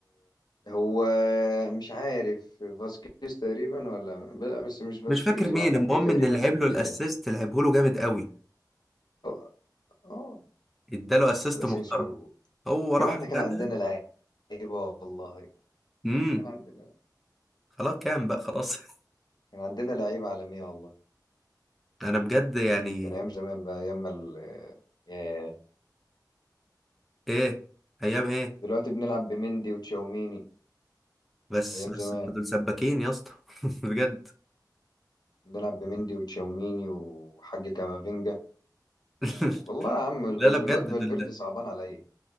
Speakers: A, on the left; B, in the centre.
A: هو مش عارف فاسكيز تقريبا ولا لا، بس مش فاسكيز
B: مش فاكر مين
A: هو
B: المهم
A: حد تقريبا
B: ان اللي لعب
A: قدام
B: له الاسيست لعبه له جامد قوي
A: اه آه،
B: اداله اسيست
A: ده اسينسيو
B: محترم هو
A: يا
B: راح
A: جدعان احنا
B: خدها
A: كان عندنا لعيبة والله
B: امم
A: كان عندنا
B: خلاص كام بقى خلاص <laughs>
A: كان عندنا لعيبة عالمية والله
B: انا بجد يعني
A: كان أيام زمان بقى أيام ما ال ياه.
B: ايه ايام ايه
A: دلوقتي بنلعب بمندي وتشاوميني
B: بس
A: أيام
B: بس
A: زمان
B: انتوا دول سباكين يا اسطى <laughs> بجد
A: بنلعب بمندي وتشاوميني وحاج كامافينجا
B: <laughs>
A: و- والله يا عم ال-
B: لا
A: ال-
B: لا بجد
A: الواد فالفيردي
B: دول
A: صعبان عليا